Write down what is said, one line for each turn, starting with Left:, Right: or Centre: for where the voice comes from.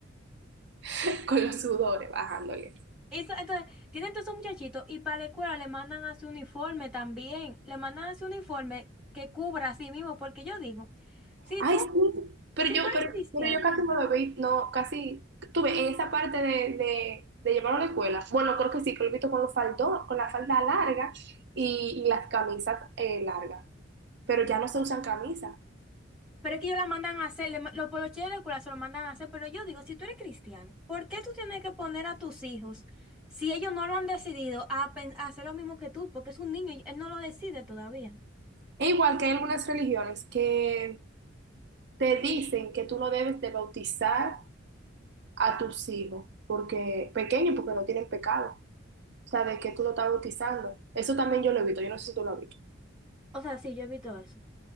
Right: <laughs> con los sudores bajándole.
Centre: Eso, entonces, tienen todos esos muchachitos y para la escuela le mandan a su uniforme también, le mandan a su uniforme que cubra a sí mismo, porque yo digo, si
Right: Ay,
Centre: tú
Right: sí, pero
Centre: Si
Right: yo,
Centre: tú eres
Right: pero,
Centre: cristiano,
Right: pero yo casi no lo vi, no, casi, tuve en esa parte de, de, de llevarlo a la escuela. Bueno, creo que sí, que lo he visto con los faldos, con la falda larga y, y las camisas eh, largas, pero ya no se usan camisas.
Centre: pero es que ellos la mandan a hacer, le ma- los poloches de la escuela se lo mandan a hacer, pero yo digo, si tú eres cristiano, ¿por qué tú tienes que poner a tus hijos, si ellos no lo han decidido, a, pen- a hacer lo mismo que tú? Porque es un niño y él no lo decide todavía.
Right: Es igual que hay algunas religiones que te dicen que tú no debes de bautizar a tus hijos, porque pequeños, porque no tienen pecado. O sea, de que tú lo estás bautizando. Eso también yo lo he visto, yo no sé si tú lo has visto.
Centre: O sea, sí, yo evito eso.